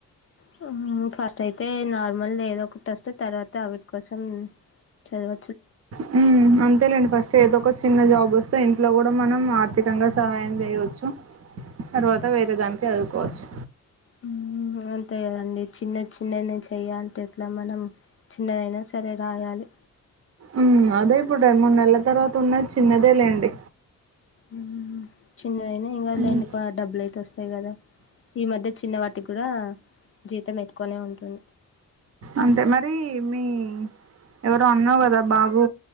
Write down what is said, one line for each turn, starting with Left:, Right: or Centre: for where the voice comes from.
Left: హుహు ఫస్ట్ అయితే నార్మల్ లేదో ఒకటి వస్తే తర్వాత అవిటి కోసం చదవ
Right: హ్మ్ మ్మ్ అంతేలేండి ఫస్ట్ ఏదో ఒక చిన్న జాబ్ వ సో ఇంట్లో కూడా మనం ఆర్థికంగా సహాయం చేయోచ్చు తర్వాత వేరే దానికి ఎల్పోవచ్చు
Left: హ్మ్ అంతే కదండి చిన్న చిన్న నేన్ చెయ్య అంటే ఎట్లా మనం చిన్నదైనా సరే రాయాలి
Right: ఉమ్ అదే ఇప్పుడు రెండు మూడు నెల్ల తర్వాత ఉన్నది చిన్నదే లేండి
Left: మ్మ్ చిన్నదైనా ఏమి కాదు
Right: ఉమ్,
Left: లేండి డబ్బులు అయితే వస్తాయి కదా ఈ మధ్య చిన్న వాటికి కూడా జీతం ఎతుకునే ఉంటుంది
Right: అంతే మరి మీ ఎవరో అన్నావు కదా బాబు